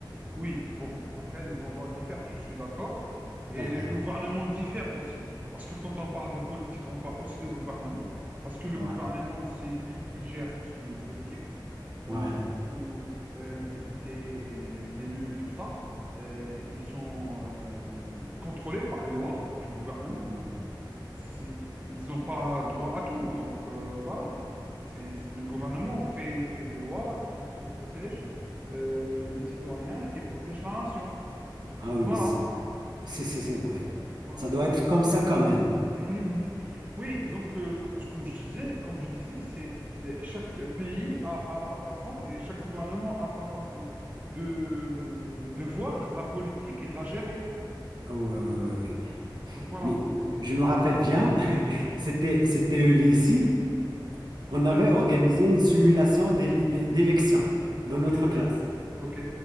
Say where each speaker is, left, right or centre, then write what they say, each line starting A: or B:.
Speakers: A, on the right; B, on the right.
A: Oui, bon, après, les endroits diffèrent, je suis d'accord. Et
B: C'est vrai.
A: les gouvernements diffèrent aussi, parce que quand on parle de politique, on parle aussi de gouvernement, parce que le
B: Ouais.
A: gouvernement, c'est lui qui gère tout ce qui est politique, dans
B: Ouais.
A: le sens où euh, les députés, et les élus et tout ça, euh, ils sont euh, contrôlés par les lois du gouvernement.
B: Mm.
A: c'est- ils n'ont pas droit à tout. Donc euh, voilà, c'est, c'est- le gouvernement fait, fait des lois qui, qui protègent euh, les citoyens et protègent la nation.
B: Ah
A: Donc
B: oui,
A: voilà,
B: c'est c'est- c'est- c'est vrai.
A: voilà.
B: Ça doit être comme ça quand même.
A: Mhm, mhm. Oui, donc euh, co- comme je disais, comme je disais, c'est les- chaque pays a, a sa façon et chaque gouvernement a sa façon de, hum, de voir la politique et de la gérer, quoi.
B: Oui, oui, oui,
A: Donc voilà.
B: Mais je me rappelle bien,
A: Mhm,
B: <laughs> c'était c'était au lycée,
A: mhm.
B: on avait
A: Oui,
B: organisé une simulation d'éle- d'é- d'élection dans
A: ok,
B: notre classe.
A: ok,